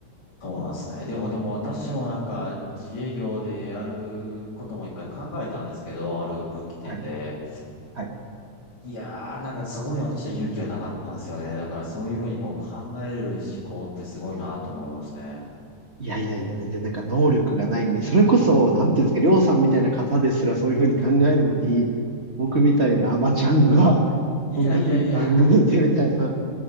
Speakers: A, on the left; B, on the right.
A: そうなんですね。でも、でも私もなんか、自営業でやることも一回考えたんですけど、ある分岐点で。
B: はいはい
A: いやー、なんかそこに私は勇気はなかったんですよね。だからそういうふうにこう考える思考ってすごいなと思いますね。
B: いやいやいや、全然なんか能力がないのに、それこそ、なんていうんですか、りょうさんみたいな方ですらそういうふうに考えるのに、僕みたいなアマちゃんが <laughs>、
A: いやいやいや。
B: こんなふうに考えてみたいな、